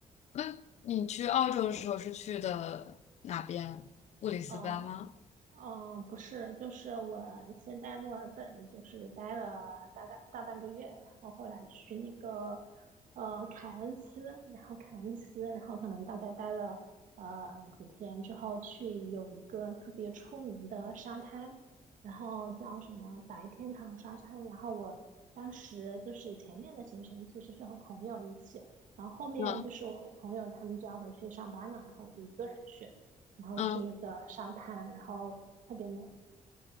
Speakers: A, on the left (about 55°); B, on the right (about 75°).
A: 那你去澳洲的时候是去的哪边？布里斯班吗？
B: 嗯。嗯，不是，就是我先在墨尔本就是待了大概大半个月，然后后来去那个呃凯恩斯，然后凯恩斯，然后可能大概待了呃几天之后，去有一个特别出名的沙滩，然后叫什么白天堂沙滩，然后我当时就是前面的行程其实是和朋友一起，然后后面就是我朋友他们就要回去上班了，
A: 嗯
B: 然后我就一个人去。然后去那个沙滩，
A: 嗯，
B: 然后特别美。